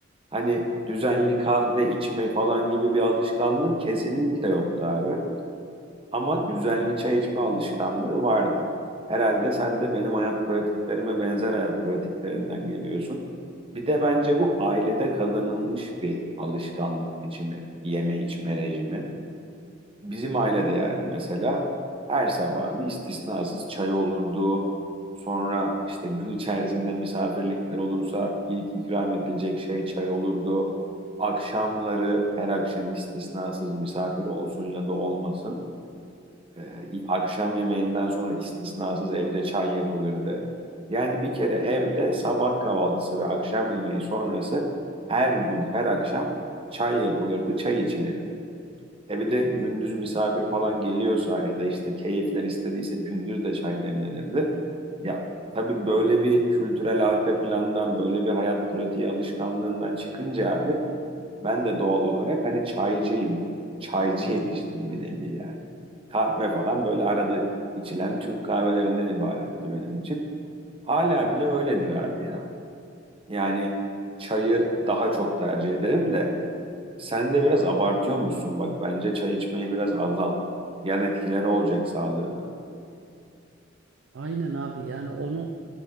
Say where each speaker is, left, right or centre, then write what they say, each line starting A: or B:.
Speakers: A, on the right; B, on the right.
A: Hani düzenli kahve içme falan gibi bir alışkanlığım kesinlikle yoktu abi. Ama düzenli çay içme alışkanlığı vardı. Herhalde sen de benim hayat pratiklerime benzer hayat pratiklerinden geliyorsun. Bir de bence bu ailede kazanılmış bir alışkanlık biçimi, yeme içme rejimi. Bizim ailede yani mesela her sabah bir istisnasız çay olurdu. Sonra işte gün içerisinde misafirlikler olursa ilk ikram edilecek şey çay olurdu. Akşamları her akşam istisnasız misafir olsun ya da olmasın ee, akşam yemeğinden sonra istisnasız evde çay yapılırdı. Yani bir kere evde sabah kahvaltısı ve akşam yemeği sonrası her gün, her akşam çay yapılırdı, çay içilirdi. E bir de gündüz misafir falan geliyorsa ya da işte keyifler istediyse gündüz de çay demlenirdi. Ya tabii böyle bir kültürel arka plandan, böyle bir hayat pratiği alışkanlığından çıkınca abi ben de doğal olarak hani çaycıyım. Çaycı yetiştim bir nevi yani. Kahve falan böyle arada içilen Türk kahvelerinden ibaretti benim için. Hala bile öyledir abi ya. Yani çayı daha çok tercih ederim de sen de biraz abartıyormuşsun bak. Bence çay içmeyi biraz azalt. Yan etkileri olacak sağlığına.
B: Aynen abi yani onu